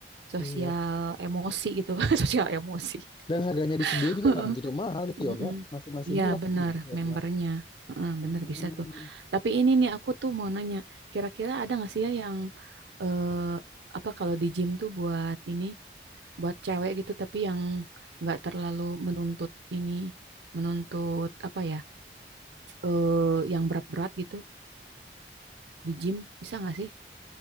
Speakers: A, on the right (about 75°); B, on the left (about 25°).
A: sosial
B: Iya.
A: emosi gitu <laughs> sosial emosi
B: Dan harganya di studio
A: <laughs>
B: juga nggak begitu mahal itu
A: Mm-mm.
B: yoga, masih masih
A: Iya
B: murah
A: benar
B: sih yoga.
A: membernya Heeh,
B: Mm-mm.
A: benar bisa tuh tapi ini nih aku tuh mau nanya kira-kira ada nggak sih ya yang eh, apa kalau di gym tuh buat ini buat cewek gitu tapi yang nggak terlalu menuntut ini menuntut apa ya eh yang berat-berat gitu di gym bisa nggak sih